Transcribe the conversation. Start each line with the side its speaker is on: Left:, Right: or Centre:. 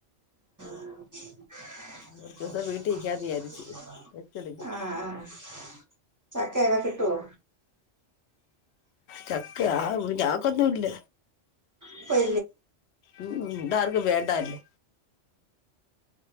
Right: <unintelligible>
Left: കുറച്ച് ദിവസം വീട്ടിൽ നിക്കാന്ന് വിചാരിച്ച് റെസ്റ്റ് എടുക്കാൻ
Right: ആഹ് ആഹ് ചക്കയൊക്കെ കിട്ടുവോ
Left: ചക്ക ആഹ് ഞങ്ങക്കൊന്നും ഇല്ല
Right: <unintelligible> അഹ്
Left: ഉം ഇവിടെ ആർക്കും വേണ്ടാല്ലേ